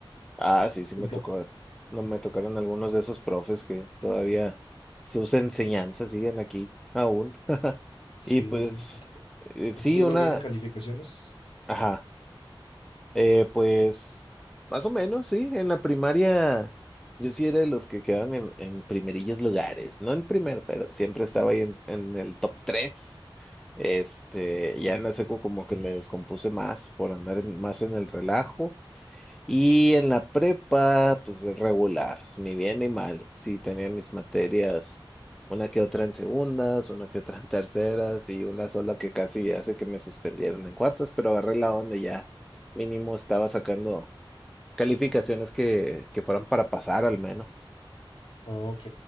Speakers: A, in the centre; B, on the left.
A: ah, sí, sí me
B: Y como-
A: tocó. No me tocaron algunos de esos profes que todavía sus enseñanzas siguen aquí aún. Y
B: Sí,
A: pues,
B: sí, sí.
A: eh, sí,
B: ¿A ti te
A: una,
B: iba bien en calificaciones?
A: ajá. Eh, pues, más o menos, sí. En la primaria, yo sí era de los que quedaban en, en primerillos lugares. No en primero, pero siempre estaba ahí en, en el top tres. Este, ya en la secu como que me descompuse más por andar en- más en el relajo. Y en la prepa, pues regular, ni bien ni mal. Sí, tenía mis materias, una que otra en segundas, una que otra en terceras y una sola que casi hace que me suspendieran en cuartas, pero agarré la onda y ya. Mínimo estaba sacando calificaciones que, que fueran para pasar al menos.
B: Ah, ok.